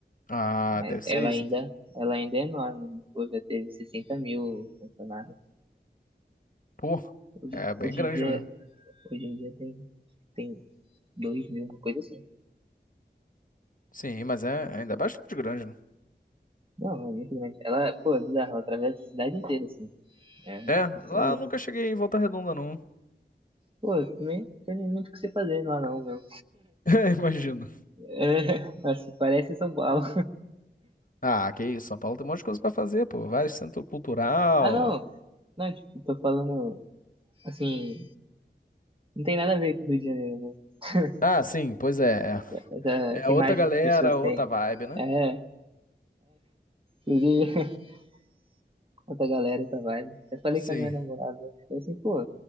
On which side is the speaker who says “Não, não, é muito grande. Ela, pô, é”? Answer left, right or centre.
Right